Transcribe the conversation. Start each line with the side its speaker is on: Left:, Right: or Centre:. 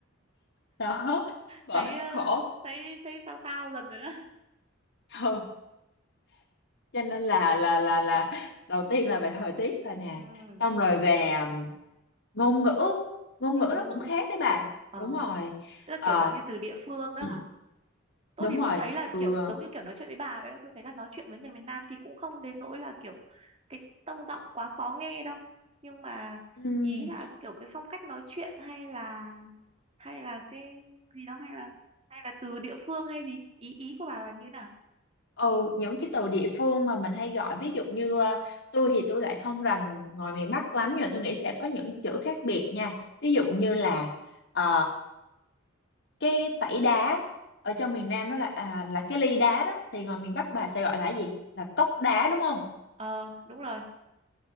Left: đó bởi
Right: thấy ờ,
Left: khổ
Right: thấy thấy sao sao dần rồi đó
Left: ừ. cho nên là là là là đầu tiên là về thời tiết là nè
Right: Ừ,
Left: xong rồi về ngôn ngữ ngôn
Right: ngôn
Left: ngữ nó
Right: ngữ
Left: cũng khác đấy bà
Right: ờ
Left: đúng rồi
Right: tức là
Left: Ờ,
Right: kiểu dạng như từ địa phương
Left: <clears throat>
Right: đó
Left: Ừ,
Right: hả tôi
Left: đúng
Right: thì
Left: rồi
Right: tôi thấy là
Left: từ
Right: kiểu giống như kiểu nói chuyện với bà vậy đó tôi thấy là nói chuyện với người miền Nam thì cũng không đến nỗi là kiểu cái tông giọng quá khó nghe đâu nhưng mà
Left: ừm,
Right: ý là kiểu cái phong cách nói chuyện hay là hay là cái gì đó hay là hay là từ địa phương hay gì ý ý của bà là như nào
Left: ừ, những cái từ địa phương mà mình hay gọi ví dụ như ờ, tôi thì tôi lại không rành ngoài miền Bắc lắm nhưng mà tôi nghĩ sẽ có những chữ khác biệt nha ví dụ như là ờ, cái tẩy đá ở trong miền Nam đó là à, là cái ly đá đó thì ngoài miền Bắc bà sẽ gọi là cái gì là cốc đá đúng không
Right: Ờ, đúng rồi.